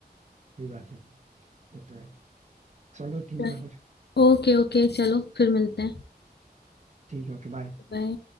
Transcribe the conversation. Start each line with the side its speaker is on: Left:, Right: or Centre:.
Right: सही बात है ये तो है चलो ठीक
Left: हैं
Right: है फिर
Left: ओके ओके चलो फिर मिलते हैं
Right: ठीक है ओके बाय
Left: बाय